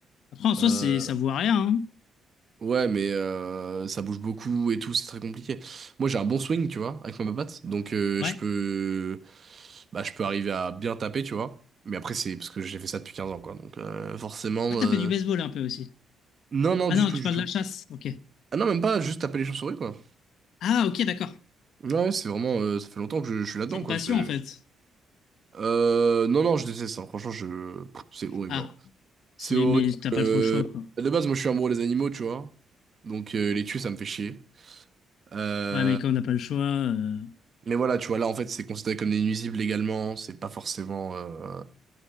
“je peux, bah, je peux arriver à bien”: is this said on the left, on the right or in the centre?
Right